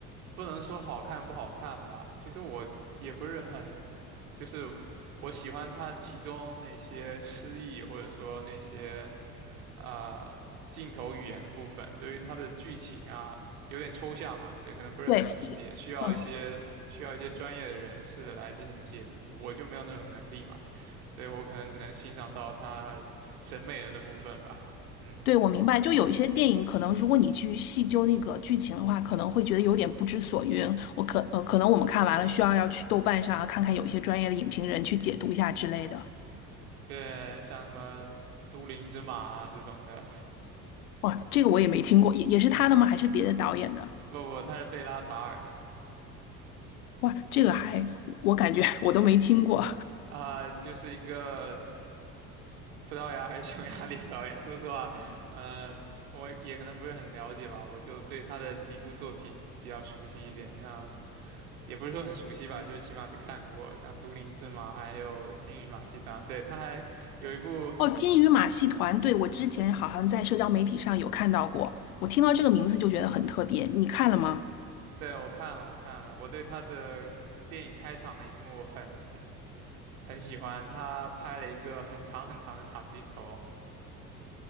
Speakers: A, on the right (about 65°); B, on the left (about 65°).
A: 不能说好看不好看吧，其实我也不是很，就是我喜欢它其中那些诗意或者说那些啊、呃镜头语言的部分，对于它的剧情啊有点抽象嘛，所以可能不是很理解，
B: 对，一嗯，
A: 需要一些需要一些专业的人士来进行解读，我就没有那种能力嘛，所以我可能只能欣赏到它审美的那部分吧，嗯，
B: 对，我明白。就有一些电影，可能如果你去细究那个剧情的话，可能会觉得有点不知所云。我可呃，可能我们看完了，需要要去豆瓣上啊，看看有一些专业的影评人去解读一下之类的。
A: 对，像什么都灵之马啊这种的。<laughs>
B: 哇，这个我也没听过，也也是他的吗？还是别的导演的？
A: 不不，他是贝拉塔尔的。
B: 哇，这个还我感觉 <laughs> 我都没听过。
A: 啊、呃就是一个葡萄牙还是匈牙利的导演。说实话，嗯、我也可能不是很了解吧，我就对他的几部作品比较熟悉一点，像也不是说很熟悉吧，就是起码是看过，像《都灵之马》还有《金鱼马戏团》。对，他还有一部，
B: 哦，金鱼马戏团，对，我之前好像在社交媒体上有看到过，我听到这个名字就觉得很特别，你看了吗？
A: 对，我看了，我看了，我对他的电影开场的一幕很很喜欢，他拍了一个很长很长的长镜头。